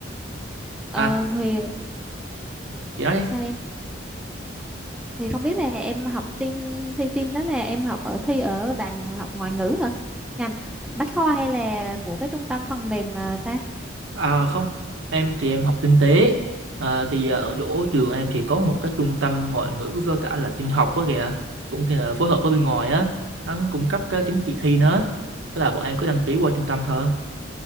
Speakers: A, in the centre; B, on the right.
A: Ờ,
B: à
A: thì
B: chị nói
A: sao
B: đi
A: em? Thì không biết là em học tin thi tin đó là em học ở thi ở đàn học ngoại ngữ hả? Nhầm, Bách Khoa hay là của cái trung tâm phần mềm ờ, ta?
B: À không, em thì em học kinh tế. À, thì à, ở chỗ trường em thì có một cái trung tâm ngoại ngữ với cả là tin học đó kìa. Cũng kia là phối hợp với bên ngoài á. Hắn cung cấp cái chứng chỉ thi nữa. Tức là bọn em cứ đăng ký qua trung tâm thôi.